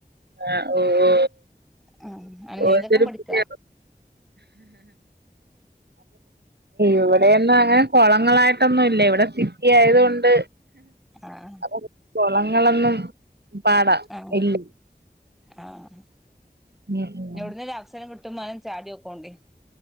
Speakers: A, on the right; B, in the centre.
A: ആഹ് ഓഹ്
B: ആഹ് അങ്ങനെ
A: ഓരോരുത്തര്
B: നീന്തക്കം പഠിക്കാ
A: പുതിയ <inaudible> ഇവിടെയൊന്നും അങ്ങനെ കൊളങ്ങളായിട്ടൊന്നും ഇല്ല ഇവിടെ ആയത് കൊണ്ട്
B: ആഹ്
A: അപ്പൊ കൊളങ്ങളൊന്നും പാടാ
B: ആഹ്
A: ഇല്ല
B: ആഹ്
A: ഉം ഉം
B: എവുട്ന്നെഒരവസരം കിട്ടുമനും ചാട്യൊക്കോണ്ടി